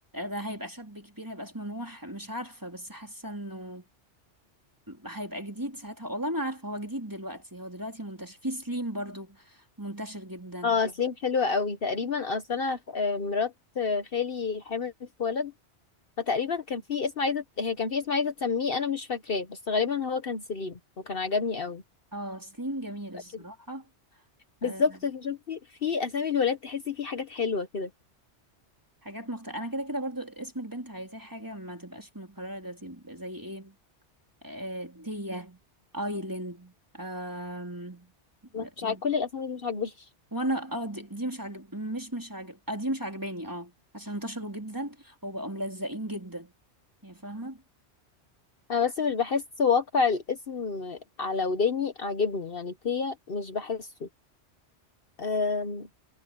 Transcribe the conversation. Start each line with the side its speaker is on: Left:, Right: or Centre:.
Right: ده هيبقى شاب كبير هيبقى اسمه نوح مش عارفة بس حاسة انه هيبقى جديد ساعتها والله ما عارفة هو جديد دلوقتي هو دلوقتي منتشر في سليم برضو منتشر جدا
Left: اه سليم حلو قوي تقريبا اصل انا آه، مرات آه، خالي حامل في ولد فتقريبا كان في اسم عايزه هي كان في اسم عايزه تسميه انا مش فاكراه بس غالبا هو كان سليم وكان عجبني قوي
Right: اه سليم جميل الصراحة
Left: أكيد. بالظبط
Right: آه،
Left: فشفتي في اسامي الولاد تحسي فيه حاجات حلوه كده
Right: حاجات مختلفة انا كده كده برضو اسم البنت عايزاه حاجة ما تبقاش مكررة ده تبقى زي ايه آه، تيا ايلين آم،
Left: أنا مش
Right: ايه
Left: عاجب كل الاسامي دي مش عاجباني
Right: وانا اه دي, دي مش عاجب مش مش عاجب اه دي مش عاجباني اه عشان انتشروا جدا وبقوا ملزقين جدا يعني فاهمة
Left: انا بس مش بحس واقع الاسم على وداني عاجبني يعني تيا مش بحسه أم،